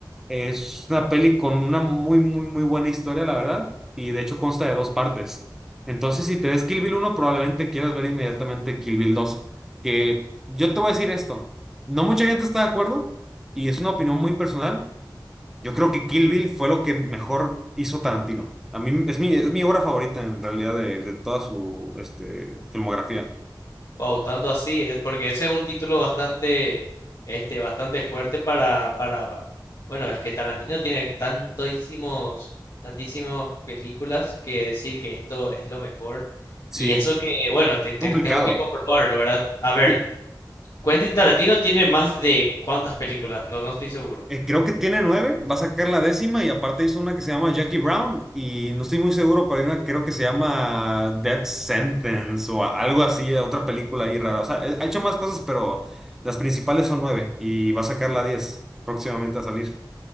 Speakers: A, in the centre; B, on the left.
A: Es una peli con una muy, muy, muy buena historia, la verdad, y de hecho consta de dos partes. Entonces, si te ves Kill Bill uno probablemente quieras ver inmediatamente Kill Bill dos, que yo te voy a decir esto no mucha gente está de acuerdo y es una opinión muy personal. Yo creo que Kill Bill fue lo que mejor hizo Tarantino. A mí es mi, es mi obra favorita en realidad de, de toda su este, filmografía.
B: Wow, tanto así, es porque ese es un título bastante, este, bastante fuerte para, para, bueno, es que Tarantino tiene tantísimos, tantísimas películas que decir que esto es lo mejor.
A: Sí,
B: Y eso que, bueno, te, te-
A: complicado.
B: tengo que comprobarlo, ¿verdad? A ver,
A: Sí.
B: Quentin Tarantino tiene más de cuántas películas, no, no estoy seguro.
A: Eh, creo que tiene nueve, va a sacar la décima y aparte hizo una que se llama Jackie Brown y no estoy muy seguro, pero hay una que creo que se llama Death Sentence o a- algo así, otra película ahí rara. O sea, eh, ha hecho más cosas, pero las principales son nueve y va a sacar la diez próximamente a salir.